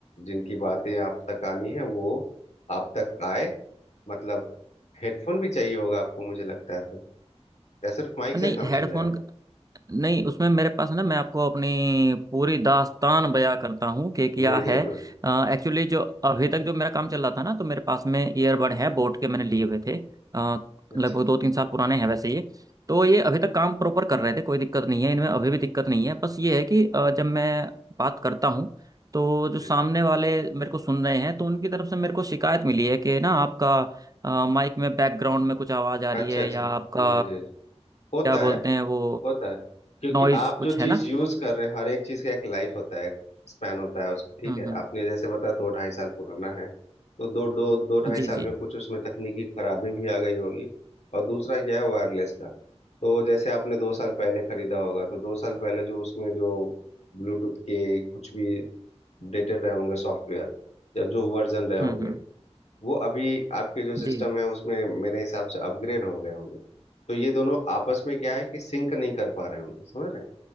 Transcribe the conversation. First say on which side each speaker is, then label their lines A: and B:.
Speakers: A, on the left; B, on the right.
A: जिनकी बातें आप तक आनी है वो आप तक आए मतलब हेडफोन भी चाहिए होगा आपको मुझे लगता है तो या सिर्फ माइक
B: नहीं
A: से काम
B: हेडफोन
A: चल जाएगा
B: नहीं उसमें मेरे पास ना मैं आपको अपनी पूरी दास्तान बयां करता हूँ कि क्या
A: जी
B: है
A: जी बिल्कुल
B: एक्चुअली जो अभी तक जो मेरा काम चल रहा था ना तो मेरे पास में ईयरबड है बोट के मैंने लिए हुए थे अ,
A: अच्छा
B: लगभग
A: अच्छा
B: दो तीन साल पुराने हैं वैसे ये तो ये अभी तक काम प्रॉपर कर रहे थे कोई दिक्कत नहीं है इनमें अभी भी दिक्कत नहीं है बस ये है कि अ, जब मैं बात करता हूँ तो जो
A: जी
B: सामने वाले मेरे को सुन रहे हैं तो उनकी तरफ से मेरे को शिकायत मिली है कि ना आपका माइक में बैकग्राउंड में कुछ आवाज़ आ रही
A: अच्छा
B: है
A: अच्छा
B: या
A: जी
B: आपका
A: जी जी होता
B: क्या बोलते
A: है
B: हैं वो
A: होता है क्योंकि
B: नॉइज
A: आप
B: कुछ
A: जो
B: है
A: चीज
B: ना
A: यूज कर रहे हैं हर एक चीज का एक लाइफ होता है स्पैन होता है उसका ठीक
B: हम्म
A: है
B: हम्म
A: आपने जैसे बताया दो ढाई साल पुराना है तो दो दो दो
B: जी
A: ढाई साल
B: जी
A: में कुछ उसमें तकनीकी खराबी भी आ गई होगी और दूसरा क्या है वायरलेस का तो जैसे आपने दो साल पहले खरीदा होगा तो दो साल पहले जो उसमें जो ब्लूटूथ के कुछ भी अपडेटेड रहे होंगे सॉफ्टवेयर या जो वर्जन रहे होंगे
B: हम्म हम्म
A: वो अभी आपके जो सिस्टम
B: जी
A: है उसमें मेरे हिसाब से अपग्रेड हो गए होंगे तो ये दोनों आपस में क्या है कि सिंक नहीं कर पा रहे होंगे समझ रहे हैं